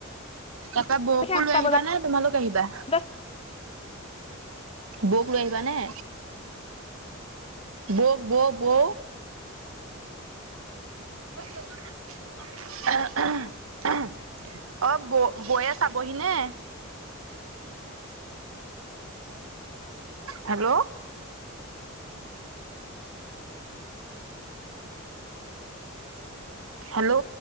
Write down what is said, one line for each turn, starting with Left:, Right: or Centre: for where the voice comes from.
Right: তাপা বৌকো
Left: আমি আঠটা
Right: লৈ আহিবা নে? তোমালোক আহিবা?
Left: বজাত
Right: বৌক লৈ আহিবা নে- বৌক-বৌ-বৌ <unintelligible> অ' ব-বৌয়ে চাবহি নে হেল্ল' হেল্ল'